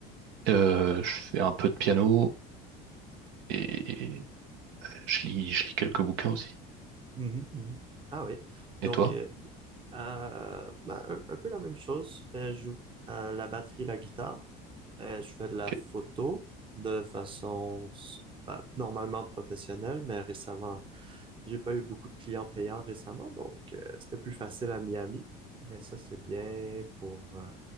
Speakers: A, on the right; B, on the right.
A: Euh, je fais un peu de piano et je lis, je lis quelques bouquins aussi.
B: Mhm, mhm. Ah oui. Donc,
A: Et toi?
B: euh, euh, bah, un, un peu la même chose. Euh, je joue euh, la batterie, la guitare. Euh, je fais de la
A: Ok,
B: photo de façon s- bah, normalement professionnelle, mais récemment, j'ai pas eu beaucoup de clients payants récemment, donc euh, c'était plus facile à Miami. Mais ça, c'est bien pour... euh,